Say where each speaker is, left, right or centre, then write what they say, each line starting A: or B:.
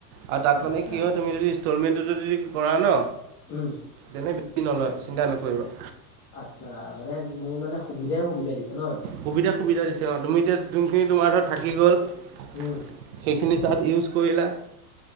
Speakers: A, on the right; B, on the left.
A: আ তাত
B: অ আচ্ছা
A: মানে কি হয় তুমি যদি ষ্টলমেণ্টো যদি কৰা ন,
B: উম
A: তেনে- কি নলয় চিন্তা নকৰিবা।
B: আৎচ্ছা মানে মোৰ মানে সুবিধাই সুবিধা দিছে নহ এইটো।
A: সুবিধা সুবিধা দিছে অঁ, তুমি এতিয়া যোনখিনি তোমাৰ ধৰত থাকি গ'ল,
B: উম
A: - সেইখিনি তাত ইউজ কৰিলা,